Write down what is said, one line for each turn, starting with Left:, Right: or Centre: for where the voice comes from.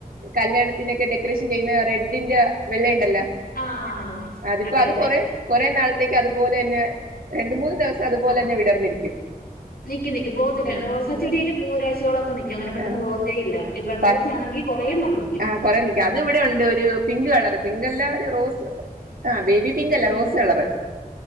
Right: കല്യാണത്തിനൊക്കെ ഡെക്കറേഷൻ ചെയ്യുന്ന റെഡിന്റെ വെള്ളം
Left: ആഹ്
Right: അപ്പോ
Left: അതെ
Right: അത്
Left: അതെ
Right: കൊറേ കൊറേ നാളത്തേക്ക് അതുപോലെത്തന്നെ രണ്ട് മൂന്നു ദിവസം അതുപോലെ
Left: ആഹ്
Right: തന്നെ വിടർന്നിരിക്കും
Left: നിക്കും നിക്കും പോകത്തില്ല
Right: ഉ
Left: റോസാ
Right: ഉ
Left: ചെടിയില് പൂ ഒരാഴ്ചയോളൊക്കെ നിക്കും അങ്ങനെ പെട്ടെന്ന്
Right: ആ
Left: പോകത്തേ ഇല്ല ഈ ബഡ് റോസയാണെങ്കി കൊറേ നാൾ നിക്കും
Right: ആ കൊറ നിക്ക അത് ഇവിടെ ഉണ്ട് ഒരു പിങ്ക് കളറ് പിങ്കക്ല്ല ഒരു റോസ് ആ ബേബി പിങ്ക് അല്ല
Left: ഉം
Right: റോസ് കളറ്